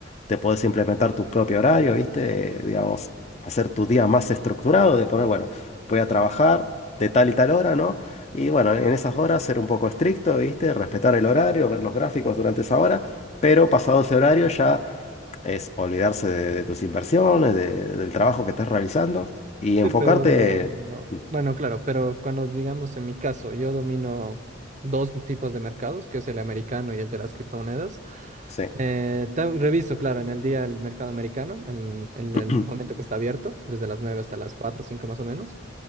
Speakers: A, on the left; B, on the right.
A: te puedes implementar tu propio horario, ¿viste? Digamos, hacer tu día más estructurado, de poner, bueno, voy a trabajar de tal y tal hora, ¿no? Y bueno, en esas horas ser un poco estricto, ¿viste? Respetar el horario, ver los gráficos durante esa hora, pero pasado ese horario ya es olvidarse de, de tus inversiones, de- del trabajo que estés realizando y enfocarte...
B: Sí, pero no-
A: mm,
B: bueno, claro, pero cuando digamos en mi caso, yo domino dos tipos de mercados, que es el americano y el de las criptomonedas.
A: Sí.
B: Eh, ta- reviso, claro, en el día el mercado americano, en, en
A: <clears throat>
B: el momento que está abierto, desde las 9 hasta las 4 o 5 más o menos.